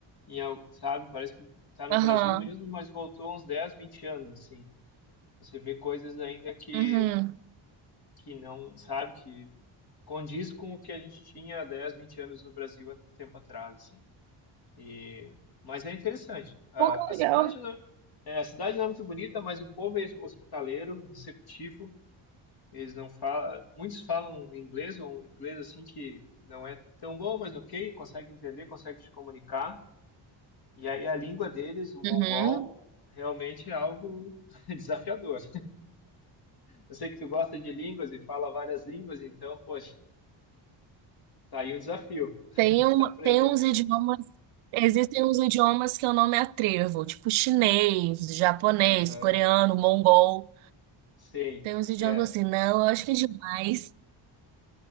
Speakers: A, on the left; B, on the right.
A: em al- sabe, parece que está no
B: Aham.
A: Brasil mesmo, mas voltou uns dez vinte anos, assim. Você vê coisas ainda que,
B: Uhum.
A: que não, sabe, que condiz com o que a gente tinha há 10, 20 anos no Brasil há tempo atrás, assim. E, mas é interessante. A,
B: Pô, que
A: a cidade
B: legal.
A: não é, é, a cidade não é muito bonita, mas o povo é hospitaleiro, receptivo. Eles não falam, muitos falam inglês ou um inglês assim que não é tão bom, mas ok, consegue entender, consegue se comunicar. E aí a língua deles, o mongol,
B: Uhum.
A: realmente é algo <laughs> desafiador. Eu sei que tu gosta de línguas e fala várias línguas, então, poxa, tá aí um desafio, <laughs>
B: Tem, um,
A: aprender
B: tem uns
A: mongol.
B: idiomas, existem uns idiomas que eu não me atrevo, tipo chinês, japonês,
A: Aham,
B: coreano, mongol.
A: sim,
B: Tem uns idiomas
A: é.
B: assim, não, eu acho que é demais.